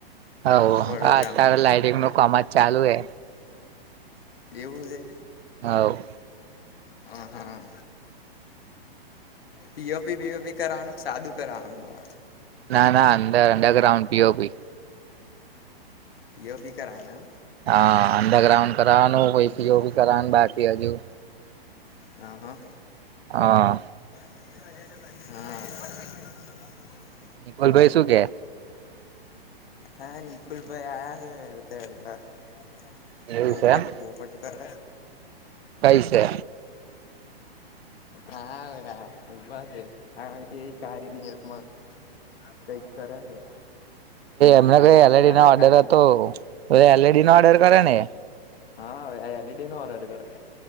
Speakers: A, on the right; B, on the left.
A: હોવ
B: વડોદરામાં
A: હા અત્યારે લાઈટિંગ નું કામ જ ચાલુ હે.
B: એવું છે.
A: હાવ
B: હ હા પીઓપી બીઓપી કરાવાનું કે સાદું કરાવાનું
A: ના ના અંદર અંનડર ગ્રાઉન્ડ પીયોપી
B: પીઓપી કરાવવાના
A: હા અડરગ્રાઉન્ડ કરાવાનુ પછી પીઓપી કરાવાનું બાકી હજુ.
B: હા હા
A: હા
B: હા
A: નિકોલભાઈ શું કે?
B: હા નિકુલભાઈ આયા છે હેડતા હેડતા
A: એવું
B: પોપટ
A: છે એમ
B: પોપટ કર
A: કઈ છે
B: હા <inaudible> એ કાર્યનીમાં કઈક કરે છે.
A: એમ
B: એ જોડાયા
A: કઈ એલડી
B: છે
A: નો
B: ને
A: ઓર્ડર
B: કાર્યમાં
A: હતો એલડી નો ઓર્ડર કરે ને એ
B: હા એલઈડી નો ઓડર કરે.